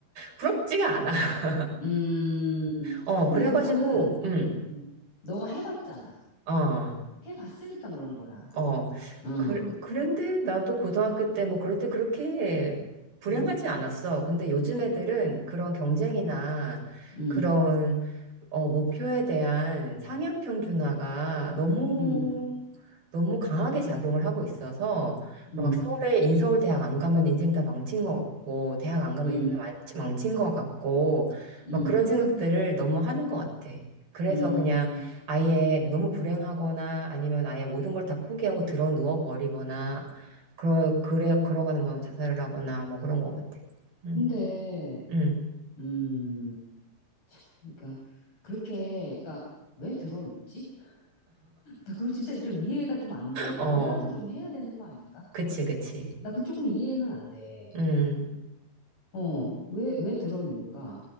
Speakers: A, on the right; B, on the left.
A: 부럽지가 않아. <laughs>
B: 음.
A: 어,
B: 근데
A: 그래가지고,
B: 그거는,
A: 음,
B: 음, 너가 해봤잖아.
A: 어,
B: 해봤으니까 그런 거야.
A: 어.
B: 어,
A: 그, 그런데 나도 고등학교 때 뭐 그럴 때 그렇게 불행하지
B: 음,
A: 않았어. 근데 요즘 애들은 그런 경쟁이나
B: 음,
A: 그런 어, 목표에 대한 상향 평준화가 너무
B: 음,
A: 너무 강하게 작용을 하고 있어서
B: 음,
A: 막 서울에 인서울 대학 안 가면 인생 다 망친 것 같고 대학 안 가면
B: 음,
A: 인생 다 망치- 망친 것 같고
B: 음,
A: 막 그런 생각들을 너무 하는 것 같아. 그래서
B: 음.
A: 그냥 아예 너무 불행하거나 아니면 아예 모든 걸 다 포기하고 들어 누워 버리거나 그러 그래 그러거나 뭐 자살을 하거나 뭐 그런 것 같아. 음,
B: 근데,
A: 음,
B: 음, 그러니까 그렇게, 그러니까 왜 들어눕지? <laughs> 나 그거 진짜 좀 이해가 좀 안 돼.
A: 어,
B: 뭐라도 좀 해야 되는 거 아닌가?
A: 그치, 그치.
B: 나 그 조금 이해는 안 돼.
A: 음.
B: 어, 왜, 왜 들어놓을까?